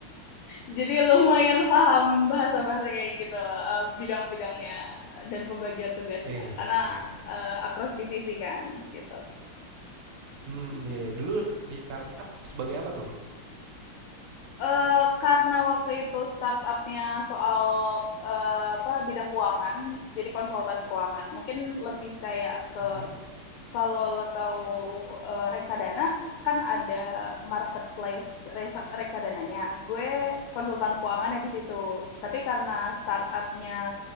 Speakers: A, on the left (about 80°); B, on the right (about 80°).
A: jadi lumayan paham bahasa-bahasa kayak gitu, eh, bidang-bidangnya dan pembagian tugasnya
B: eh
A: karena
B: keren keren.
A: eh, across divisi kan gitu.
B: Hmm
A: Hmm.
B: iya ya. Dulu di startup sebagai apa tuh?
A: Eh, karena waktu itu startupnya soal eh, apa bidang keuangan, jadi konsultan keuangan. Mungkin lebih kayak ke
B: mm
A: kalau lo tahu eh, reksadana kan ada marketplace resa- reksadananya. Gue konsultan keuangannya di situ. Tapi karena startupnya